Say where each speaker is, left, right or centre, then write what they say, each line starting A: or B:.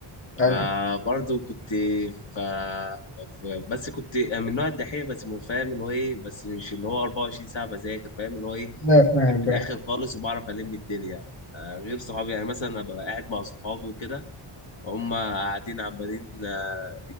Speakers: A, on the left; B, on the left.
A: أيوه
B: فبرضو كنت ف... ف... بس كنت من نوع الدحيح بس مو فاهم اللي هو ايه بس مش اللي هو 24 ساعه بذاكر فاهم اللي هو ايه
A: أيوه فاهم
B: في
A: فاهم
B: الاخر خالص وبعرف الم الدنيا آه، غير صحابي يعني مثلا أنا ببقى قاعد مع صحابي وكده هم قاعدين عمالين آه،